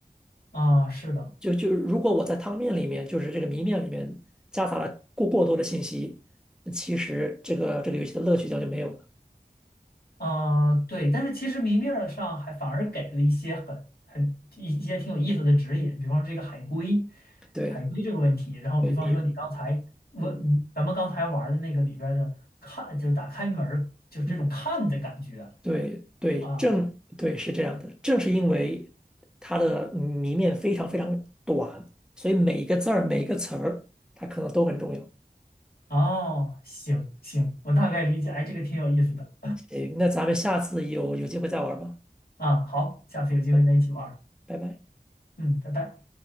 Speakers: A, on the left (about 80°); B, in the centre.
A: 啊，是的，
B: 就就如果我在汤面里面，就是这个谜面里面夹杂了过过多的信息，那其实这个这个游戏的乐趣将就没有了。
A: 啊、对，但是其实明面儿上还反而给了一些很很一一些挺有意思的指引，比方说这个海龟，
B: 对，
A: 海龟这个问题，然后比方说你刚才问咱们刚才玩儿的那个里边儿的看，
B: 对你，嗯
A: 就是打开门儿就是这种看的感觉
B: 嗯。对对，
A: 啊，
B: 正对是这样的，正是因为它的谜面非常非常短，所以每一个字儿、每一个词儿，它可能都很重要。
A: 哦，行行，我大概理解，哎，这个挺有意思的
B: 行，那咱们下次有有机会再玩吧。
A: 啊，好，下次有机会再一起玩儿，
B: 嗯拜拜。
A: 嗯，拜拜。